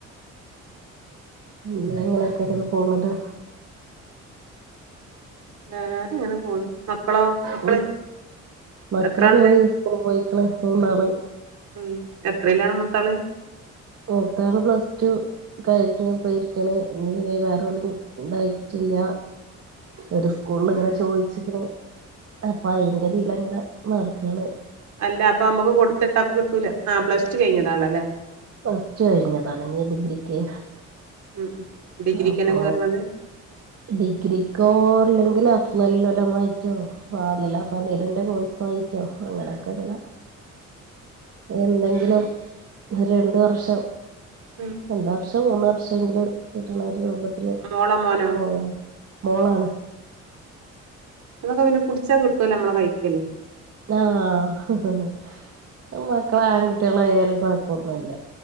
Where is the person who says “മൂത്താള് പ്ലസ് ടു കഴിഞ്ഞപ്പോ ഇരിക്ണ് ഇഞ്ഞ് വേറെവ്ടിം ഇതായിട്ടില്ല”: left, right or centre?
Right